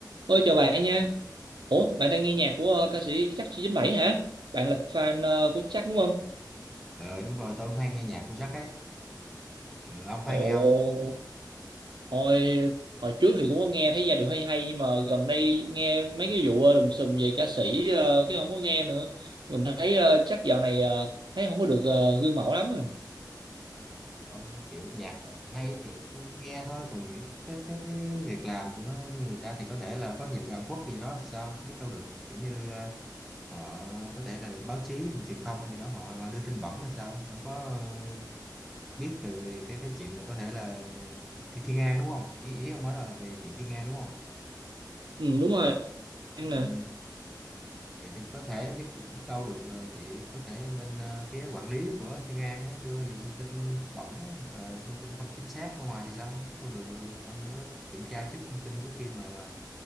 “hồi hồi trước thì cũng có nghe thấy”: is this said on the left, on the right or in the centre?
Right